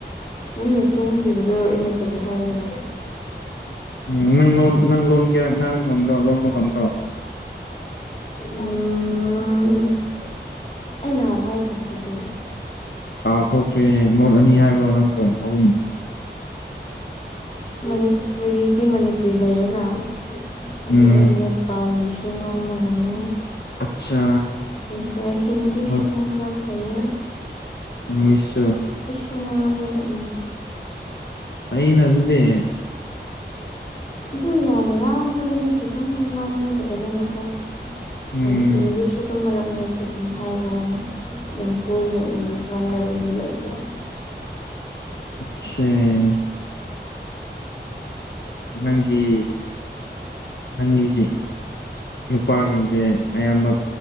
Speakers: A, on the left; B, on the left.
A: ꯃꯤꯅ ꯇꯨꯝꯈꯤꯕꯗꯣ ꯑꯩꯅ ꯀꯔꯤ ꯍꯥꯏꯒꯦꯔꯣ
B: ꯎꯝ ꯅꯪ ꯂꯣꯟ ꯅꯪ ꯂꯣꯟ ꯀꯌꯥ ꯉꯥꯡꯕ ꯉꯝꯕ꯭ꯔꯣ ꯂꯣꯟꯕ ꯉꯝꯕ꯭ꯔꯣ
A: ꯎꯝ ꯑꯩ ꯅꯍꯥꯟꯅ ꯍꯥꯏꯈ꯭ꯔꯕꯗꯨꯗꯤ
B: ꯀꯥꯎ ꯊꯣꯛꯇ꯭ꯔꯦ ꯅꯣꯠ ꯑꯅꯤ ꯍꯥꯏꯕ꯭ꯔꯣ ꯅꯪꯕꯨꯣ ꯑꯍꯨꯝ
A: ꯃꯅꯤꯄꯨꯔꯤꯗꯤ ꯃꯅꯤꯄꯨꯔꯤ ꯂꯩꯔꯦꯅ ꯑꯗꯨꯒ
B: ꯎꯝ
A: ꯅꯦꯄꯥꯂꯤ ꯁꯨ ꯉꯥꯡꯕ ꯉꯝꯃꯦ
B: ꯑꯠꯆꯥ
A: ꯎ ꯀ ꯍꯤꯟꯗꯤꯁꯨ
B: ꯍꯣꯏ
A: ꯇꯨꯃ ꯈꯔ ꯈꯥꯏ
B: ꯏꯪꯂꯤꯁꯁꯨ
A: ꯁꯨ ꯉꯥꯡꯉꯦ ꯇꯝ
B: ꯑꯩꯩꯅ ꯑꯗꯨꯗꯦ
A: ꯑꯗꯨ ꯌꯥꯝ ꯉꯥꯡꯕꯗꯤ ꯅꯠꯇꯦꯗꯪ ꯑꯗꯨꯝ ꯉꯥꯡꯅꯗꯕꯅꯤꯅꯀꯣ
B: ꯎꯝ
A: ꯑ ꯏꯪꯂꯤꯁ ꯑꯗꯨꯝ ꯃꯔꯛ ꯃꯔꯛꯇ ꯑꯗꯨꯝ ꯍꯥꯏꯕ ꯋꯥꯅꯤ ꯑꯗꯨꯝ ꯇꯣꯏꯅ ꯏꯪꯂꯤꯁ ꯉꯥꯡꯅꯕ ꯃꯤ ꯂꯩꯇꯦ
B: ꯑꯆꯥꯦ
A: ꯎ
B: ꯅꯪꯒꯤ ꯅꯪꯒꯤ ꯅꯨꯄꯥꯁꯤꯡꯁꯦ ꯑꯌꯥꯝꯕ